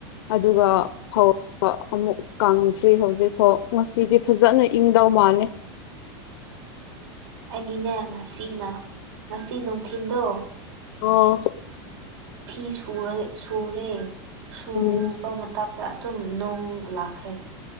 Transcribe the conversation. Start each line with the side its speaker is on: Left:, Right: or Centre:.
Left: ꯑꯗꯨꯒ ꯐꯧꯔꯛ ꯄ ꯑꯃꯨꯛ ꯀꯪꯗ꯭ꯔꯤ ꯍꯧꯖꯤꯛꯐꯥꯎ ꯉꯁꯤꯗꯤ ꯐꯖꯅ ꯏꯪꯗꯧ ꯃꯥꯜꯂ‌ꯦ
Right: ꯑꯩꯒꯤꯅꯦ ꯉꯁꯤꯅ ꯉꯁꯤ ꯅꯨꯡꯊꯤꯟꯗꯣ
Left: ꯑꯣ
Right: ꯐꯤ ꯁꯨꯔ ꯁꯨꯔꯦ ꯁꯨꯕ
Left: ꯎꯝ
Right: ꯇꯝꯗ ꯑꯗꯨꯝ ꯅꯣꯡ ꯂꯥꯛꯈ꯭ꯔꯦ